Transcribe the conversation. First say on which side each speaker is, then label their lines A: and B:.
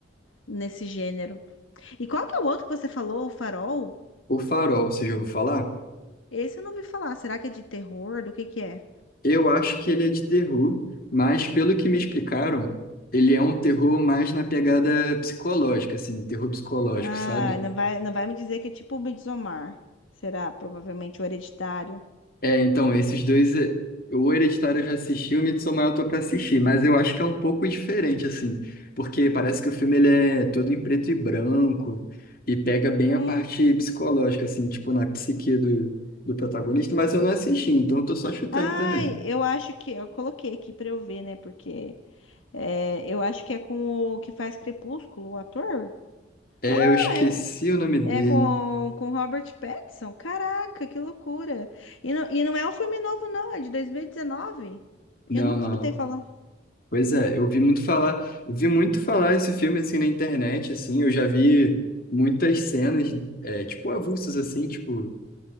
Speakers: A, on the left; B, on the left.
A: nesse gênero. E qual que é o outro que você falou, o Farol?
B: O Farol, você já ouviu falar?
A: Esse eu não ouvi falar. Será que é de terror? Do que que é?
B: Eu acho que ele é de terror, mas pelo que me explicaram, ele é um terror mais na pegada psicológica, assim, terror psicológico,
A: Ah,
B: sabe?
A: não vai, não vai me dizer que é tipo o Midsommar. Será? Provavelmente o Hereditário.
B: É, então, esses dois, é, o Hereditário eu já assisti, o Midsommar eu tô pra assistir, mas eu acho que é um pouco diferente, assim, porque parece que o filme ele é todo em preto e branco e pega bem
A: Hum.
B: a parte psicológica, assim, tipo na psique do, do protagonista, mas eu não assisti, então eu tô só chutando
A: Ai,
B: também.
A: eu acho que eu coloquei aqui pra eu ver, né? Porque é, eu acho que é com o que faz Crepúsculo, o ator.
B: É, eu
A: Ah,
B: esqueci o nome dele.
A: É com, com Robert Pattinson? Caraca, que loucura! E não, e não é um filme novo, não, é de 2019.
B: Não,
A: Eu nunca
B: não.
A: escutei falar.
B: Pois é, eu vi muito falar, eu vi muito falar esse filme, assim, na internet, assim, eu já vi muitas cenas, é, tipo, avulsas, assim, tipo.